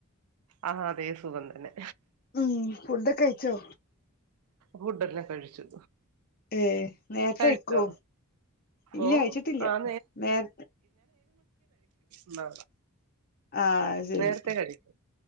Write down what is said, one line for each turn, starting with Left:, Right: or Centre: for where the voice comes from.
Right: ആഅതേ സുഖംതന്നെ
Left: ഉം ഫുഡക്കെ കഴിച്ചോ
Right: ഫുഡല്ലാം കഴിച്ചു
Left: ഏ നേരത്തെയ്ക്കോ
Right: കഴിച്ചോ
Left: ഇല്ല്യ
Right: ഓ
Left: കയ്ച്ചിട്ടില്ല
Right: ആഹ്
Left: നേര
Right: ന്ന
Left: ആഹ് ശരി
Right: നേർത്തെ കഴിച്ചു